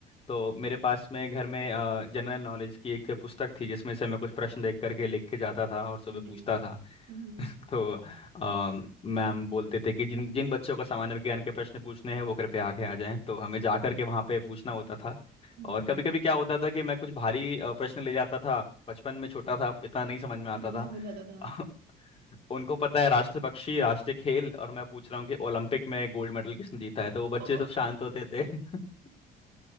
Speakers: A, on the left; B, on the right.
A: तो मेरे पास में घर में जनरल नॉलेज की एक पुस्तक थी जिसमें से मैं कुछ प्रश्न देख करके लिख के जाता था और सुबह
B: हम्म
A: पूछता था
B: हम्म
A: <laughs> तो अम, मैम बोलते थे कि जिन जिन बच्चों को सामान्य विज्ञान के प्रश्न पूछने हैं वो कृपया आगे आ जाएं तो हमें जा करके वहाँ पे पूछना होता था
B: हम्म,
A: और कभी कभी क्या होता था कि मैं कुछ भारी अ, प्रश्न ले जाता था बचपन में छोटा था इतना नहीं समझ में आता
B: नहीं
A: था
B: समझ आता था
A: <laughs> उनको पता है राष्ट्र पक्षी राष्ट्रीय खेल और मैं पूछ रहा हूँ कि ओलंपिक में गोल्ड मेडल किसने जीता है तो वो बच्चे
B: ओ
A: सब शांत होते थे <laughs>